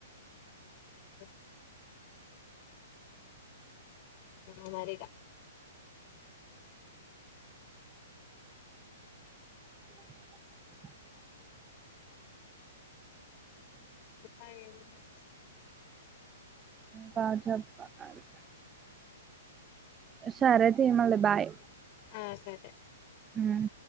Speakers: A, on the left (about 40°); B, on the right (about 20°).
A: ఎ అమెరికా
B: అ
A: ముకా ఏం చేస్
B: బాగ జరుపుకున్నారు ఉషారేమై తె బాయ్
A: హా సరె
B: ఉమ్